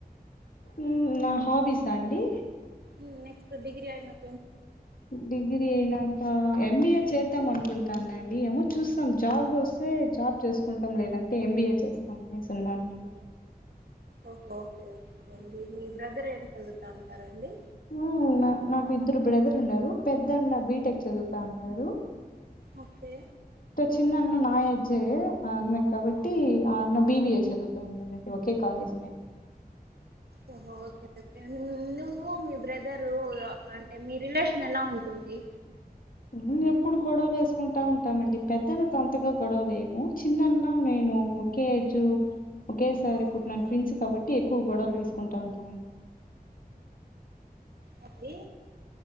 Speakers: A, on the left; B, on the right.
A: ఊ నా హాబీసా అండి
B: ఊ నెక్స్ట్ డిగ్రీ అయినంక
A: డిగ్రీ ఐనాక ఎంబిఎ చేద్దాం అనుకుంటానండి ఏమో చూస్తాం జాబ్ వస్తే జాబ్ చేసుకుంటాం లేదంటే ఎంబీఏ చేస్తాం మనమే సున్న అండి
B: ఓకే ఓకే అండి మీ బ్రదర్ ఏం చదువుతా ఉంటారండి
A: ఊ నాకు ఇద్దరు బ్రదర్ ఉన్నారు పెద్దన్న బీటెక్ చదువుతా వున్నాడు
B: ఓకే
A: చిన్న అన్న నా ఏజె అన్న కాబట్టి
B: ఓకే
A: ఆ అన్న బిబి హెచ్ చదుగుతుండడండి ఒకే కాలేజ్ మేము
B: ఓహో ఓకేే <unintelligible> నువ్వు మీ బ్రదరు అంటే మీ రిలేషన్ ఎలా ఉంటుంది
A: ఊ ఎప్పుడు గొడవలు చేసుకుంటా ఉంటామండి పెద్దన్నతొ అంతగా గొడవలు లేవు చిన్నన్నా నేను ఒకేజు ఒకే సారి
B: ఓకే
A: పుట్టిన ట్విన్స్ కాబట్టి ఎక్కువ గొడవలు చేసుకుంటా ఉంటామడి
B: అది